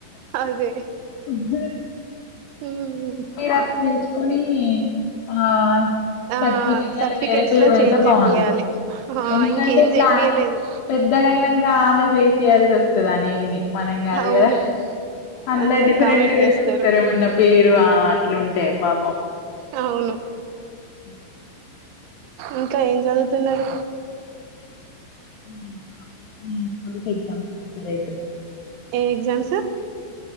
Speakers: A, on the right; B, on the left.
A: అదే
B: అజ
A: మ్మ్
B: మీ రాత్రంచి కుడి ఆ
A: ఆ
B: సర్టిఫికెట్లలో
A: సర్టిఫికెట్స్
B: వేరే పేరు
A: లో
B: పెడితే
A: చేం చెపియాలి
B: బాగుండు ఎందుకంటే
A: ఇంకేం
B: క్లా
A: చెపియలేదు
B: పెద్దగా అయినాక ఆమె ఫేస్ చేయాల్సి వస్తుంది అని ఏంని మనంగా కధుగదా
A: అవును
B: అందా
A: అందరు
B: డిఫరెంట్
A: కామెంట్
B: గా
A: చేస్తారు
B: చూస్తారేమన్నా పేరు ఆ అట్లుంటే పాపమ్
A: అవును
B: ఉమ్
A: ఇంకా ఏం చదువుతున్నరు?
B: ఉమ్ ఉమ్ పోలీస్ ఎగ్జామ్స్ కి ప్రిపేర్ అయితున్న
A: ఏ ఎగ్జామ్స్